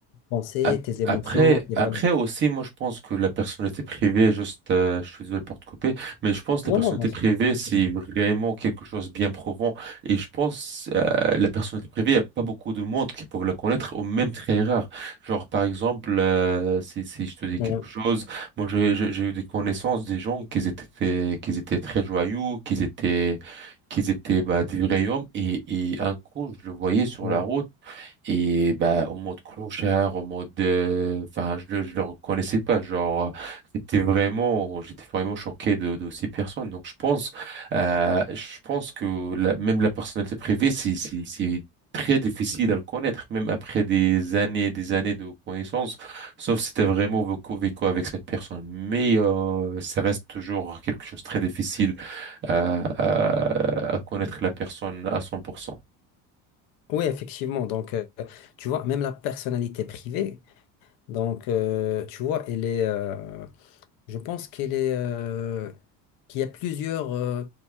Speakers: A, on the left; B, on the right.
A: pensée,
B: Ap-
A: tes émotions,
B: Après,
A: tes
B: après
A: valeurs.
B: aussi, moi je pense que la personnalité privée, juste, euh, je suis désolé pour te couper, mais je pense que
A: Non,
B: la personnalité
A: non, bien sûr.
B: privée, c'est vraiment quelque chose de bien profond. Et je pense euh, la personnalité privée, il n'y a pas beaucoup de monde qui peuvent la connaître, ou même très rare. Genre, par exemple, euh, si, si je te dis
A: Ouais,
B: quelque chose, moi j'ai j'ai- j'ai eu des connaissances des gens qui étaient, très- qui étaient très joyeux, qui étaient, qui étaient bah, des vrais hommes, et, et un coup, je le voyais sur
A: ouais,
B: la
A: ouais.
B: route. Et bah, en mode clochard, en mode... euh, Enfin, je le, je le reconnaissais pas. Genre, euh, c'était vraiment... J'étais vraiment choqué de, de ces personnes. Donc, je pense, euh, je pense que la- même la personnalité privée, c'est, c'est, c'est très difficile à le connaître, même après des années et des années de connaissances, sauf si t'as vraiment vécu, vécu avec cette personne. Mais euh, ça reste toujours quelque chose de très difficile à, à,
A: ouais.
B: à connaître la personne à 100%.
A: Oui, effectivement. Donc, euh, tu vois, même la personnalité privée, donc, euh, tu vois, elle est, euh, Je pense qu'elle est, euh, qu'il y a plusieurs, euh,